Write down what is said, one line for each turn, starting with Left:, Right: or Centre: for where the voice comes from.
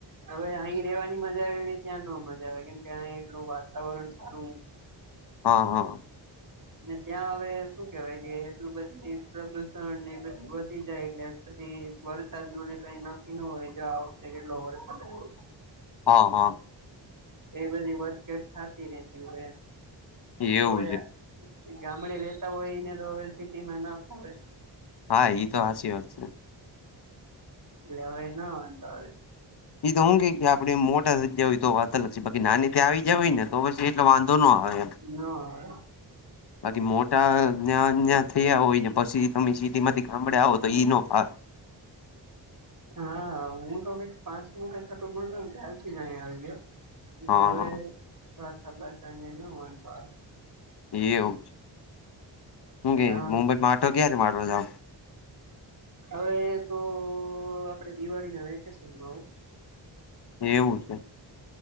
Right: હવે, અહી રહેવાની મજા આવે, એ ત્યાં ન મજા આવે. કેમ કે અહી એટલું વાતાવરણ સારું
Left: હ હ
Right: ને ત્યાં હવે, શું કેવાય કે એટલું બધી પ્રદુષણ એ બધી વધી જાય. એટલે પછી વરસાદનુંને કઈ નક્કી ન હોય. જો આ વખતે કેટલો વરસાદ આવે.
Left: હા હા
Right: એ બધી વધઘટ કેટલી થાતી રહતી હોય એમ
Left: એવું
Right: તો યા
Left: છે
Right: ગામડે રહેતા હોય, એને તો હવે સિટીમાં ન ફાવે.
Left: હા, ઈ તો સાચી વાત છે.
Right: એટલે હવે ન વાંધો આવે.
Left: એ તો ઉધી ગયો આપણે મોટા થઈ ગયા હોય, તો વાત અલગ છે. બાકી નાની ત્યાં આવી જ હોય ને, તો બસ એ ટલે વાંધો નો આવે એમ.
Right: ના <unintelligible>
Left: બાકી મોટા ન્યા ન્યા થયા હોયને, પછી તમે સી ટી માંથી ગામડે આવો તો ઈ નો ફા
Right: હા, હું તો કઈક પાંચ કે છઠું ભણતો ત્યારથી ભણતો ને ત્યારથી જ આયા આવી ગ્યો. એલા
Left: હા
Right: હવે
Left: હા
Right: પાસણ બાસણ નું ન વાંધો આવે.
Left: એવું છે. શું કે
Right: હા
Left: મુંબઈમાં આટો ક્યારે મારવા જાવુ.
Right: હવે, તો આપડે દિવાળીના વેકેશનમાં હો
Left: એવું છે.